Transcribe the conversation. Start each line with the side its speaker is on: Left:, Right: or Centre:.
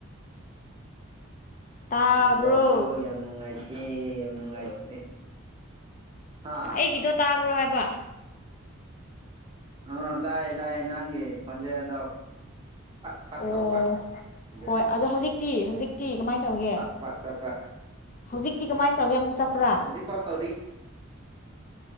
Left: ꯇꯥꯕ꯭ꯔꯣ
Right: ꯅꯦꯠꯋꯥꯛꯗꯣ ꯌꯥꯝ ꯅꯨꯡꯉꯥꯏꯇꯦ ꯌꯥꯝ ꯅꯨꯡꯉꯥꯏꯇꯦ ꯍꯥ
Left: ꯑꯩꯒꯤꯗꯣ ꯇꯥꯕ꯭ꯔꯣ ꯍꯥꯏꯕ
Right: ꯑ ꯇꯥꯏꯌꯦ ꯇꯥꯏꯌꯦ ꯅꯪꯒꯤ ꯈꯣꯟꯖꯦꯜꯗꯣ ꯄꯠ ꯄꯠ
Left: ꯑꯣ
Right: ꯇꯧꯕ ꯑꯗꯨꯅꯅꯦ
Left: ꯍꯣꯏ ꯑꯗꯣ ꯍꯧꯖꯤꯛꯇꯤ ꯍꯧꯖꯤꯛꯇꯤ ꯀꯃꯥꯏ ꯇꯧꯒꯦ
Right: ꯆꯞꯄ ꯆꯞꯄ
Left: ꯍꯧꯖꯤꯛꯇꯤ ꯀꯃꯥꯏ ꯇꯧꯒꯦ ꯑꯃꯨꯛ ꯆꯠꯄ꯭ꯔꯥ
Right: ꯍꯧꯖꯤꯛ ꯐꯥꯎ ꯇꯧꯔꯤ